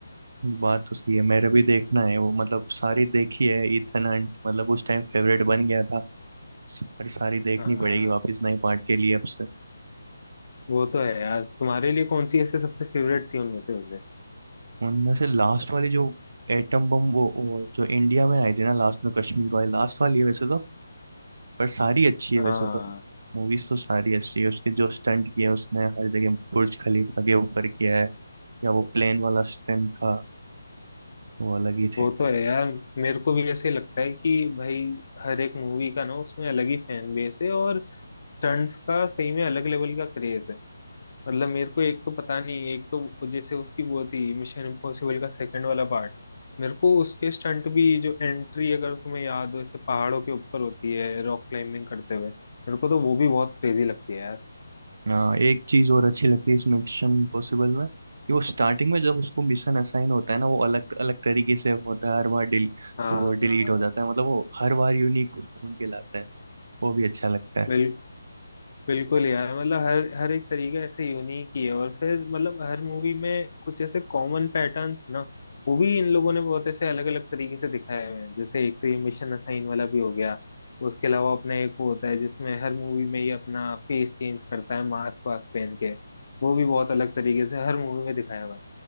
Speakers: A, on the right; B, on the left.
A: बात तो सही है मेरा भी देखना है वो मतलब सारी देखी है इथन हंट मतलब उस टाइम फेवरेट बन गया था पर सारी देखनी
B: हाँ
A: पड़ेगी वापस नए पार्ट के लिए अब से
B: वो तो है यार तुम्हारे लिए कौन सी ऐसे सबसे फेवरेट थी उनमें से वैसे
A: उनमें से लास्ट वाली जो एटम बम वो, वो जो इंडिया में आई थी ना लास्ट में कश्मीर वाली लास्ट वाली है वैसे तो पर सारी अच्छी है
B: हाँ
A: वैसे तो मूवीज तो सारी अच्छी है उसके जो स्टंट किए उसने हर जगह बुर्ज खलीफा के ऊपर किया है या वो प्लेन वाला स्टंट था वो अलग ही
B: वो
A: थे
B: तो है यार मेरे को भी ऐसे ही लगता है कि भाई हर एक मूवी का ना उसमें अलग ही फैन बेस है और स्टंट्स का सही में अलग लेवल का क्रेज है मतलब मेरे को एक तो पता नहीं एक तो जैसे उसकी वो थी मिशन इम्पॉसिबल का सेकंड वाला पार्ट मेरे को उसके स्टंट भी जो एंट्री अगर तुम्हें याद हो ऐसे पहाड़ों के ऊपर होती है रॉक क्लाइंबिंग करते हुए मेरे को तो वो भी बहुत क्रेजी लगती है यार
A: हाँ एक चीज और अच्छी लगती है इस मिशन इम्पॉसिबल में कि वो स्टार्टिंग में जब उसको मिशन असाइन होता है ना वो अलग अलग तरीके से होता है हर बार डिल
B: हाँ
A: वो डिलीट हो जाता है मतलब वो हर बार यूनिक कुछ ढूंढ के लाता है वो भी अच्छा लगता है
B: बिल्कुल बिल्कुल यार मतलब हर हर एक तरीका ऐसे यूनिक ही है और फिर मतलब हर मूवी में कुछ ऐसे कॉमन पैटर्न है ना वो भी इन लोगों ने बहुत ऐसे अलग अलग तरीके से दिखाए हुए हैं जैसे एक तो ये मिशन असाइन वाला भी हो गया उसके अलावा अपना एक वो होता है जिसमें हर मूवी में ये अपना फेस चेंज करता है मास्क वास्क पहन के वो भी बहुत अलग तरीके से हर मूवी में दिखाया हुआ है